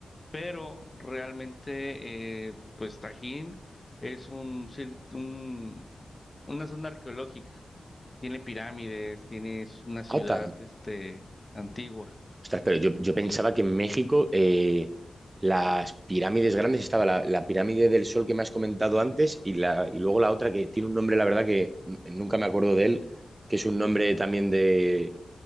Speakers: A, on the left (about 25°); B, on the right (about 30°).
A: pero realmente eh, pues Tajín es un, cir- un una zona arqueológica. tiene pirámides, tienes una ciudad,
B: Ah,
A: este, antigua.
B: Ostras, pero yo, yo pensaba que en México eh, las pirámides grandes estaba la, la pirámide del Sol que me has comentado antes y, la, y luego la otra que tiene un nombre, la verdad que n- nunca me acuerdo de él, que es un nombre también de